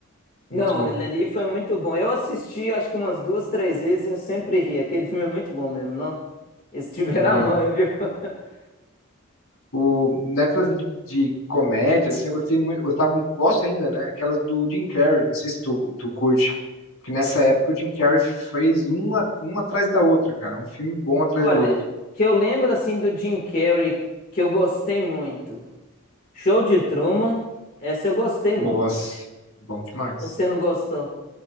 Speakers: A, on the left; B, on the left.
A: Não,
B: Muito bom.
A: aquele ali foi muito bom. Eu assisti, acho que umas duas, três vezes e eu sempre ri. Aquele filme é muito bom mesmo, não? Esse tiver
B: É.
A: a manha, viu? <laughs>
B: O, nessas de, de comédia, assim, eu gostei muito, gostava, gosto ainda, né? Aquelas do Jim Carrey, não sei se tu, tu curte. Porque nessa época o Jim Carrey fez uma, uma atrás da outra, cara. Um filme bom atrás
A: Olha,
B: do outro.
A: que eu lembro assim do Jim Carrey que eu gostei muito. Show de Truman, essa eu gostei
B: Nossa,
A: muito.
B: bom demais.
A: Você não gostou?